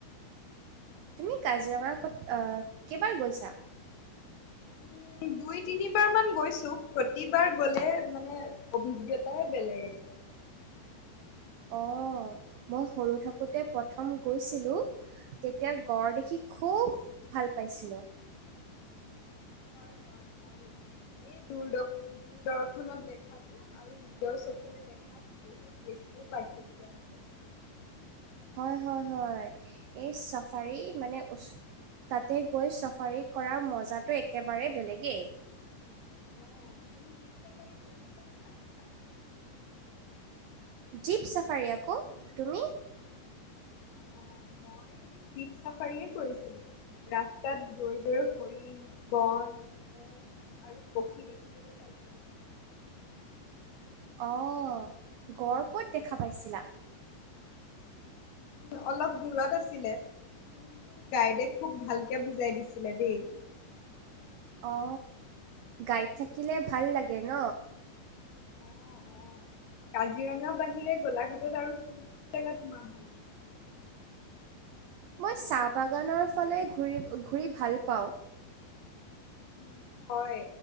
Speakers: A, on the right; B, on the left.
A: তুমি কাজিৰঙা ক'ত কেইবাৰ গৈছা?
B: উম, দুই তিনিবাৰ মান গৈছো প্ৰতিবাৰ গলে মানে অভিজ্ঞতাই বেলেগ।
A: অ মই সৰু থাকোঁতে প্ৰথম গৈছিলোঁ। তেতিয়া গড় দেখি খুব ভাল পাইছিলো।
B: হয় হয় মইয়ো এই দূৰদশ দূৰদৰ্শনত দেখাতো আৰু নিজৰ চকুৰে দেখাত বহুত বেছিয়ে পাৰ্থক্য আছে।
A: হয় হয় হয় এই চাফাৰী মানে ওচ- তাতে গৈ চাফাৰী কৰা মজাটো একেবাৰে বেলেগেই।
B: অ তুমি জীপ চাফাৰী কৰিছিলা নে হাতী চাফাৰী?
A: জীপ চাফাৰী আক। তুমি?
B: অ মই দীপ চাফাৰীয়ে কৰিছিলো। ৰাস্তাত গৈ গৈ ফৰিন, বন, মোক আৰু পক্ষী দেখিবলৈ পাইছিলো।
A: অ গড় ক'ত দেখা পাইছিলা?
B: উ অলপ দূৰত আছিলে। কিন্তু গাইডে খুব ভালকে বুজাই দিছিলে দেই
A: অ গাইড থাকিলে ভাল লাগে ন
B: অ অ কাজিৰঙা বাহিৰে গোলাঘাটত আৰু কোন কোন জেগা তোমাৰ ভাল লাগে?
A: মই চাহ বাগানৰ ফালে ঘূ ঘূৰি ভাল পাওঁ।
B: উ হয়